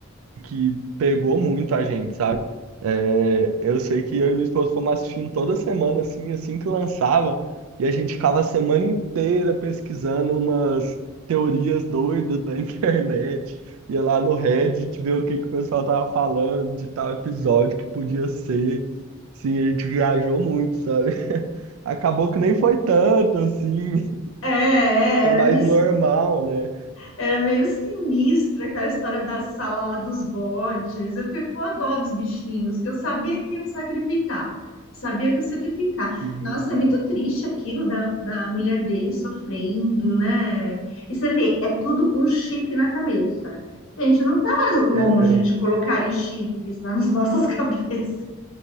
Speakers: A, on the right; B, on the left.
A: que pegou muito a gente, sabe? É, eu sei que eu e minha esposa fomos assistindo toda semana, assim, assim que lançava, e a gente ficava a semana inteira pesquisando umas teorias doidas da <laughs> internet, ia lá no Reddit ver o que que o pessoal tava falando de tal episódio que podia ser. Sim, a gente viajou muito, sabe? <laughs> Acabou que nem foi tanto, assim,
B: É, é,
A: <laughs> foi
B: era
A: mais
B: mis-
A: normal, né?
B: Era meio sinistra aquela história da sala lá dos bodes. Eu fiquei com a dó dos bichinhos, que eu sabia que iam sacrificar. Sabia que ia sacrificar.
A: Uhum.
B: Nossa, é muito triste aquilo da, da mulher dele sofrendo, né? E você vê, é tudo um chip na cabeça. Gente, não estava longe
A: É. é.
B: de colocarem chips nas nossas <laughs> cabeças.